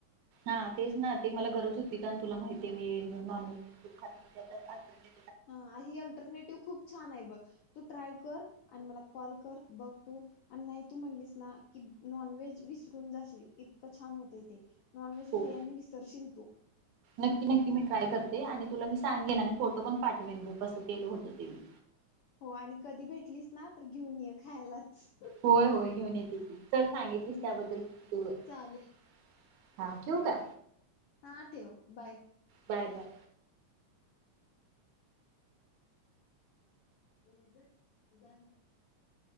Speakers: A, on the right; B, on the left.
A: हा तेच ना ते मला गरज होती आणि तुला माहितीय मी नॉनव्हेज बिलकूल खातं नाही
B: हा ही अल्टरनेटिव खूप छान आहे बघ तू ट्राय कर कर आणि मला कॉल कर बघ तू आणि नाही तू म्हणलीस ना की नॉन व्हेज विसरून जाशील इतकं छान होतय ते नॉन व्हेज
A: हो
B: बिर्याणी विसरशील तू
A: नक्की नक्की मी ट्राय करते आणि तुला मी सांगेन आणि फोटो पण पाठवेन बघं कसं केलं होतं ते मी
B: हो आणि कधी भेटलीच ना तर घेऊन ये खायलाचं
A: होय होय घेऊन येते चल सांगितलीस
B: हम्म
A: त्याबद्द्ल <unintelligible>
B: चालेल
A: <inaudible> हा ठेऊ का?
B: हा ठेव बाय
A: बाय बाय
B: <unintelligible>